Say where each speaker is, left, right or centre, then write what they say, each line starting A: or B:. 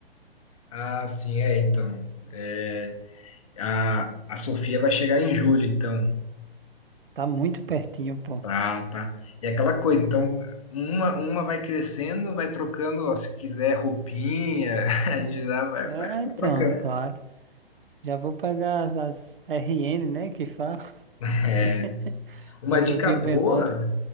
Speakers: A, on the left; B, on the right.
A: ah, sim, é, então. É, a, a Sofia vai chegar em julho, então.
B: Tá muito pertinho, pô.
A: Tá, tá. E é aquela coisa, então, uma, uma vai crescendo, vai trocando, ó, se quiser roupinha, <laughs> a gente já vai,
B: É,
A: vai vai
B: então,
A: trocando.
B: claro. Já vou pegar as, as RN, né? Que fala.
A: É,
B: <laughs>
A: Uma
B: As
A: dica
B: roupinhas
A: boa.
B: menores.